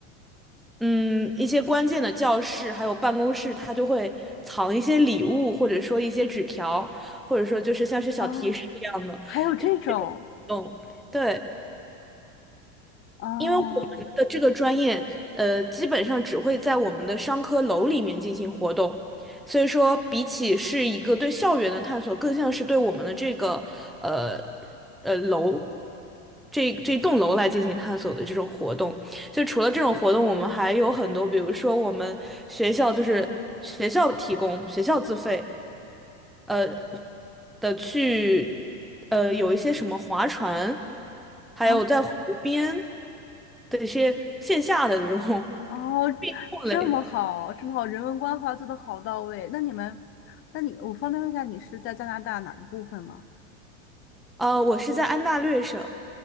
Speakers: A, in the centre; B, on the left.
A: 嗯一些关键的教室还有办公室，他就会藏一些礼物，或者说一些纸条，或者说就是像是小提示一样的，
B: 哦，还有这种，
A: 就是那种对。
B: 哦，
A: 因为我们的这个专业，呃，基本上只会在我们的商科楼里面进行活动，所以说比起是一个对校园的探索，更像是对我们的这个呃呃楼这这栋楼来进行探索的这种活动。就除了这种活动，我们还有很多，比如说我们学校就是学校提供、学校自费，呃的去，呃有一些什么划船，还有在湖边
B: 哦，
A: 的一些线下的这种
B: 哦，
A: 运动类的。
B: 这么好，这么好，人文关怀做的好到位。那你们，那你，我方便问一下，你是在加拿大哪个部分吗？
A: 呃，我是在安大略省，